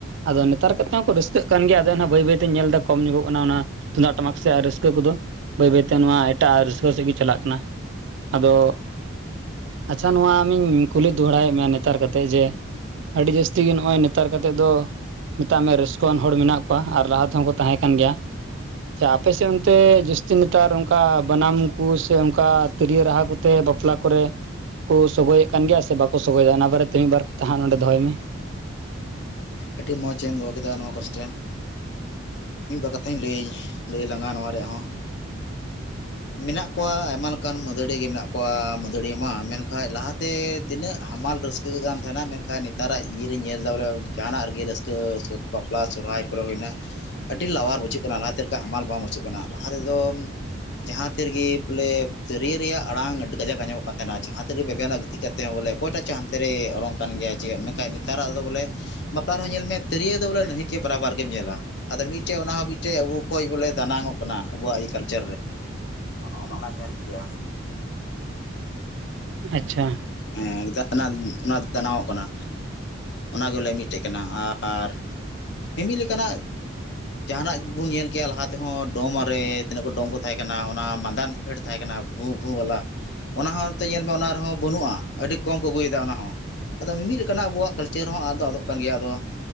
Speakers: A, on the right; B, on the left.
A: ᱟᱫᱚ ᱱᱮᱛᱟᱨ ᱠᱟᱛᱮ ᱦᱚᱸᱠᱚ ᱨᱟᱹᱥᱠᱟᱹᱜ ᱠᱟᱱ ᱜᱮᱭᱟ᱾ ᱟᱫᱚ ᱚᱱᱟ ᱵᱟᱹᱭ ᱵᱟᱹᱭᱛᱮ ᱧᱮᱞ ᱮᱫᱟ ᱠᱚᱢ ᱧᱚᱜᱚᱜ ᱠᱟᱱᱟ ᱚᱱᱟ᱾ ᱛᱩᱢᱫᱟᱜ ᱴᱟᱢᱟᱠ ᱥᱮᱫ ᱟᱨ ᱨᱟᱹᱥᱠᱟᱹ ᱠᱚᱫᱚ ᱵᱟᱹᱭ ᱵᱟᱹᱭᱛᱮ ᱱᱚᱣᱟ ᱮᱴᱟᱜ ᱨᱟᱹᱥᱠᱟᱹ ᱥᱮᱫ ᱜᱮ ᱪᱟᱞᱟᱜ ᱠᱟᱱᱟ ᱟᱫᱚ ᱟᱪᱪᱷᱟ ᱱᱚᱣᱟ ᱟᱢᱤᱧ ᱠᱩᱞᱤ ᱫᱚᱦᱲᱟᱭᱮᱫ ᱢᱮᱭᱟ᱾ ᱱᱮᱛᱟᱨ ᱠᱟᱛᱮᱫ ᱡᱮ ᱟᱹᱰᱤ ᱡᱟᱹᱥᱛᱤ ᱜᱮ, ᱱᱚᱜᱼᱚᱭ ᱱᱮᱛᱟᱨ ᱠᱟᱛᱮᱫ ᱫᱚ ᱢᱮᱛᱟᱜ ᱢᱮ ᱨᱟᱹᱥᱠᱟᱹᱣᱟᱱ ᱦᱚᱲ ᱢᱮᱱᱟᱜ ᱠᱚᱣᱟ ᱟᱨ ᱞᱟᱦᱟ ᱛᱮᱦᱚᱸ ᱠᱚ ᱛᱟᱦᱮᱸ ᱠᱟᱱ ᱜᱮᱭᱟ᱾ ᱟᱪᱪᱷᱟ ᱟᱯᱮᱥᱮᱫ ᱚᱱᱛᱮ ᱡᱟᱹᱥᱛᱤ ᱱᱮᱛᱟᱨ ᱚᱱᱠᱟ ᱵᱟᱱᱟᱢ ᱠᱩ ᱥᱮ ᱚᱱᱠᱟ ᱛᱤᱨᱭᱳ ᱨᱟᱦᱟ ᱠᱚᱛᱮ ᱵᱟᱯᱞᱟ ᱠᱚᱨᱮ ᱠᱚ ᱥᱚᱜᱚᱭᱮᱫ ᱠᱟᱱ ᱜᱮᱭᱟ ᱥᱮ ᱵᱟᱠᱚ ᱥᱚᱜᱚᱭᱮᱫᱟ᱾ ᱚᱱᱟ ᱵᱟᱨᱮᱛᱮ ᱢᱤᱫ ᱵᱟᱨ ᱠᱟᱛᱷᱟ ᱦᱟᱸᱜ ᱱᱚᱰᱮ ᱫᱚᱦᱚᱭ ᱢᱮ᱾
B: ᱟᱹᱰᱤ ᱢᱚᱸᱡᱽ ᱮᱢ ᱫᱚᱦᱚ ᱠᱮᱫᱟ ᱱᱚᱣᱟ ᱠᱚᱥᱪᱮᱱ᱾ ᱢᱤᱫ ᱵᱟᱨ ᱠᱟᱛᱷᱟᱧ ᱞᱟᱹᱭᱟᱹᱧ ᱞᱟᱹᱭ ᱟᱞᱟᱝᱟ ᱱᱚᱣᱟ ᱨᱮᱭᱟᱜ ᱦᱚᱸ᱾
A: <inaudible>
B: ᱢᱮᱱᱟᱜ ᱠᱚᱣᱟ, ᱟᱭᱢᱟ ᱞᱮᱠᱟᱱ ᱢᱟᱹᱫᱟᱹᱲᱤ ᱜᱮ ᱢᱮᱱᱟᱜ ᱠᱚᱣᱟ᱾ ᱢᱟᱹᱫᱟᱹᱲᱤᱭᱟᱹ ᱢᱟ ᱢᱮᱱᱠᱷᱟᱱ ᱞᱟᱦᱟᱛᱮ ᱛᱤᱱᱟᱹᱜ ᱦᱟᱢᱟᱞ ᱨᱟᱹᱥᱠᱟᱹ ᱪᱤᱠᱟᱹᱜ ᱠᱟᱱ ᱛᱟᱦᱮᱱᱟ, ᱢᱮᱱᱠᱷᱟᱱ ᱱᱮᱛᱟᱨᱟᱜ ᱤᱭᱟᱹᱨᱮ ᱧᱮᱞ ᱮᱫᱟ ᱵᱚᱞᱮ ᱡᱟᱦᱟᱱᱟᱜ ᱨᱮᱜᱮ ᱨᱟᱹᱥᱠᱟᱹ ᱵᱟᱯᱞᱟ ᱥᱚᱨᱦᱟᱭ ᱠᱚᱨᱮ ᱦᱩᱭᱱᱟ᱾ ᱟᱹᱰᱤ ᱞᱟᱣᱟᱨ ᱵᱩᱡᱷᱟᱹᱜ ᱠᱟᱱᱟ, ᱞᱟᱦᱟ ᱛᱮ ᱞᱮᱠᱟ ᱦᱟᱢᱟᱞ ᱵᱟᱝ ᱵᱩᱡᱷᱟᱹᱜ ᱠᱟᱱᱟ᱾ ᱞᱟᱦᱟ ᱨᱮᱫᱚ ᱡᱟᱦᱟᱸ ᱛᱤᱨᱮᱜᱮ ᱵᱚᱞᱮ ᱛᱤᱨᱭᱳ ᱨᱮᱭᱟᱜ ᱟᱲᱟᱝ ᱟᱹᱰᱤ ᱠᱟᱡᱟᱠ ᱟᱸᱡᱚᱢᱚᱜ ᱠᱟᱱ ᱛᱟᱦᱮᱱᱟ᱾ ᱡᱟᱦᱟᱸ ᱛᱤᱨᱮᱜᱮ ᱮᱵᱷᱮᱱᱚᱜ ᱜᱤᱛᱤᱡ ᱠᱟᱛᱮ ᱛᱮᱦᱚᱸ ᱵᱚᱞᱮ ᱚᱠᱚᱭᱴᱟᱜ ᱪᱚ ᱦᱟᱱᱛᱮ ᱨᱮᱭ ᱚᱨᱚᱝ ᱠᱟᱱ ᱜᱮᱭᱟ᱾ ᱪᱮᱫ ᱢᱮᱱᱠᱟᱱ ᱱᱮᱛᱟᱨᱟᱜ ᱫᱚ ᱵᱚᱞᱮ ᱢᱟᱯᱞᱟ ᱨᱮᱦᱚᱸ ᱧᱮᱞ ᱢᱮ ᱛᱤᱨᱭᱳ ᱫᱚ ᱵᱚᱞᱮ ᱱᱟᱹᱦᱤᱠᱮ ᱵᱟᱨᱵᱟᱨ ᱜᱮᱢ ᱧᱮᱞᱟ᱾ ᱟᱫᱚ ᱢᱤᱫᱴᱮᱡ ᱚᱱᱟ ᱦᱚᱸᱢᱤᱫᱴᱮᱡ ᱟᱵᱚ ᱠᱷᱚᱡ ᱵᱚᱞᱮ ᱫᱟᱱᱟᱝᱚᱜ ᱠᱟᱱᱟ, ᱟᱵᱚᱣᱟᱜ ᱠᱟᱞᱪᱟᱨ ᱨᱮ᱾ ᱚᱱ ᱚᱱᱟ ᱠᱟᱱ ᱜᱮᱭᱟ,
A: ᱟᱪᱪᱷᱟ
B: ᱦᱮᱸ ᱚᱱᱟ ᱚᱱᱟ ᱫᱟᱱᱟᱝ-ᱚᱜ ᱠᱟᱱᱟ᱾ ᱚᱱᱟ ᱜᱚᱞᱮ ᱢᱤᱫᱴᱮᱡ ᱠᱟᱱᱟ ᱟᱨ ᱢᱤᱢᱤᱫ ᱞᱮᱠᱟᱱᱟᱜ ᱡᱟᱦᱟᱱᱟᱜ ᱵᱚᱱ ᱧᱮᱞ ᱠᱮᱭᱟ ᱞᱟᱦᱟ ᱛᱮᱦᱚᱸ ᱰᱳᱢᱟᱨᱮ ᱛᱤᱱᱟᱹᱜ ᱠᱚ ᱰᱚᱢ ᱠᱚ ᱛᱟᱦᱮᱸ ᱠᱟᱱᱟ᱾ ᱚᱱᱟ ᱢᱟᱸᱫᱟᱱ ᱯᱷᱮᱰ ᱛᱟᱦᱮᱸ ᱠᱟᱱᱟ ᱵᱷᱩ ᱵᱷᱩ ᱵᱟᱞᱟ᱾ ᱚᱱᱟ ᱦᱚᱸᱱᱚᱛᱮ ᱧᱮᱞ ᱢᱮ ᱚᱱᱟ ᱨᱮᱦᱚᱸ ᱵᱟᱹᱱᱩᱜᱼᱟ᱾ ᱟᱹᱰᱤ ᱠᱚᱢ ᱠᱚ ᱟᱹᱜᱩᱭ ᱮᱫᱟ ᱚᱱᱟ ᱦᱚᱸ ᱟᱫᱚ ᱢᱤ-ᱢᱤᱫ ᱞᱮᱠᱟᱱᱟᱜ ᱟᱵᱚᱣᱟᱜ ᱠᱟᱞᱪᱟᱨ ᱦᱚᱸ ᱟᱫ ᱫᱚ ᱟᱫᱚᱜ ᱠᱟᱱ ᱜᱮᱭᱟ ᱟᱫᱚ